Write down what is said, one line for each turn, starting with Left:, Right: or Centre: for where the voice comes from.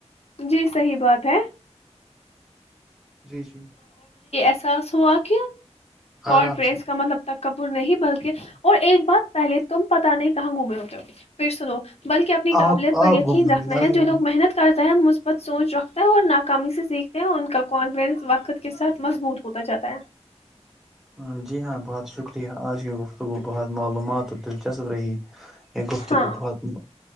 Left: جی صحیح بات ہے
Centre: جی جی
Left: اساس ہوااک ک
Centre: آرام
Left: پریس
Centre: سے
Left: کا مطلب تک کپور نہیں بلکہ اور ایک بار پہلے تم پتا نہیں کہاں گھومے ہوتے ہو پھر سنو بلکہ اپنی قابلیت
Centre: آپ
Left: پر
Centre: آپ
Left: یقین
Centre: گھومے ہوئے
Left: رکھنا
Centre: نہ
Left: ہے
Centre: کہ
Left: جو
Centre: میں
Left: لوگ محنت کرتا ہے مثبت سوچ رکھ اور ناکامی سے سیکھتے ہیں ان کا کانفڈنس وقت کے ساتھ مضبوط ہوتا جاتا ہے
Centre: ہ جی ہاں بہت شکریہ آ ججیؤ گ تو گ بہات معلومات اور دلچسپ رہی گفتگو
Left: ہاں
Centre: بہت